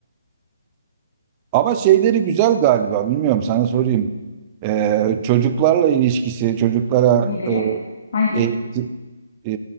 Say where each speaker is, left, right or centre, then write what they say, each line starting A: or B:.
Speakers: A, on the right; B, on the left.
A: Ama şeyleri güzel galiba. Bilmiyorum sana sorayım. Ee, çocuklarla ilişkisi, çocuklara
B: <laughs> diyebiliriz.
A: e,
B: Hangi?
A: eğit- e,